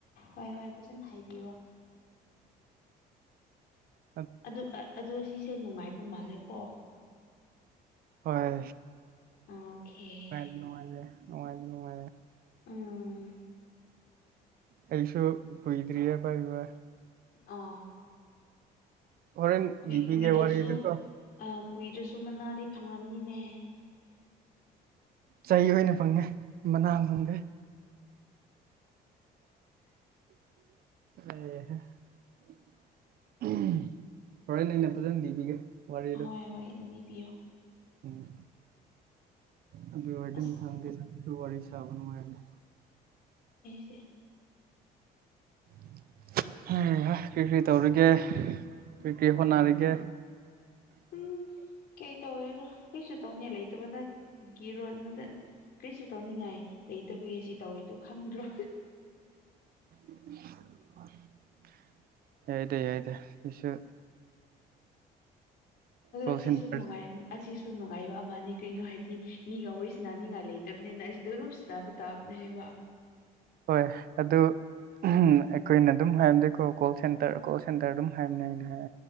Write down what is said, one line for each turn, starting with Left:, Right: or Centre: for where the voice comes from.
Left: ꯍꯣꯏ ꯍꯣꯏ ꯐꯖꯅ ꯍꯥꯏꯕꯤꯔꯣ
Right: ꯎꯝ
Left: ꯑꯗꯨ ꯑꯗꯨ ꯁꯤꯁꯦ ꯅꯨꯡꯉꯥꯏꯕ ꯃꯥꯜꯂꯦꯀꯣ
Right: ꯍꯣꯏ
Left: ꯑꯣꯀꯦ
Right: ꯅꯨꯡꯉꯥꯏ ꯅꯨꯡꯉꯥꯏꯌꯦ ꯅꯨꯡꯉꯥꯏꯌꯦ ꯅꯨꯡꯉꯥꯏꯌꯦ
Left: ꯎꯝ
Right: ꯑꯩꯁꯨ ꯀꯨꯏꯗ꯭ꯔꯤꯌꯦ ꯄꯥꯏꯕ
Left: ꯑꯥ
Right: ꯍꯣꯔꯦꯟ
Left: ꯨꯏ
Right: ꯂꯤꯕꯤꯒꯦ
Left: ꯀꯨꯏꯗ꯭ꯔꯁꯨ
Right: ꯋꯥꯔꯤꯗꯨꯀꯣ
Left: ꯀꯨꯏꯗ꯭ꯔꯁꯨ ꯃꯅꯥꯗꯤ ꯐꯪꯂꯝꯅꯤꯅꯦ
Right: ꯆꯩ ꯑꯣꯏꯅ ꯐꯪꯉꯦ ꯃꯅꯥ ꯐꯪꯗꯦ ꯑꯦ <unintelligible> ꯍꯣꯔꯦꯟ ꯑꯣꯏꯅ ꯐꯖꯅ ꯂꯤꯕꯤꯒꯦ ꯋꯥꯔꯤꯗꯣ
Left: ꯍꯣꯏ ꯍꯣꯏ ꯂꯤꯕꯤꯌꯣ
Right: ꯎꯝ ꯑꯗꯨ ꯑꯣꯏꯔꯗꯤ
Left: ꯑꯁ
Right: ꯃꯊꯪ ꯋꯥꯔꯤ ꯁꯥꯕ ꯅꯨꯡꯉꯥꯏꯔꯦꯗꯅ
Left: ꯑꯦ
Right: <unintelligible> ꯀꯔꯤ ꯀꯔꯤ ꯇꯧꯔꯤꯒꯦ ꯀꯔꯤ ꯀꯔꯤ ꯍꯣꯠꯅꯔꯤꯒꯦ ꯎ
Left: ꯎꯝ
Right: <unintelligible>
Left: ꯀꯩ ꯇꯧꯋꯦꯔꯣ ꯀꯩꯁꯨ ꯇꯧꯗꯦ <unintelligible> ꯂꯩꯇꯕꯅꯒꯤꯔꯣ ꯅꯗ ꯀꯔꯤꯁꯨ ꯇꯧꯅꯤꯡꯉꯥꯏ ꯂꯩꯇꯕꯒꯤ ꯁꯤ ꯇꯧꯔꯤꯗꯣ ꯈꯪꯗ꯭ꯔꯣ
Right: ꯎ <unintelligible> ꯌꯥꯏꯗ ꯌꯥꯏꯗ ꯑꯩꯁꯨ ꯀꯣꯜ
Left: ꯑꯁꯤꯁꯨ
Right: ꯁꯦꯟꯇꯔ
Left: ꯅꯨꯡꯉꯥꯏ ꯑꯁꯤꯁꯨ ꯅꯨꯡꯉꯥꯏꯕ ꯑꯃꯅꯤ ꯀꯔꯤꯅꯣ ꯍꯥꯏꯗꯤ ꯃꯤꯒ ꯋꯥꯔꯤꯁꯤꯅꯅꯤꯡꯉꯥꯏ ꯂꯩꯇꯕꯅꯤꯅ ꯑꯩꯗ ꯑꯗꯨꯝ ꯁꯤꯕ ꯇꯥꯕꯅꯦ ꯍꯥꯏꯕ
Right: ꯍꯣꯏ ꯑꯗꯨ ꯎꯝ ꯑꯩꯈꯣꯏꯅ ꯑꯗꯨꯝ ꯍꯥꯏꯔꯝꯗꯤꯀꯣ ꯀꯣꯜ ꯁꯦꯟꯇꯔ ꯀꯣꯜ ꯁꯦꯟꯇꯔ ꯑꯗꯨꯝ ꯍꯥꯏꯔꯝꯅꯦ ꯑꯩꯅ ꯍꯥꯏ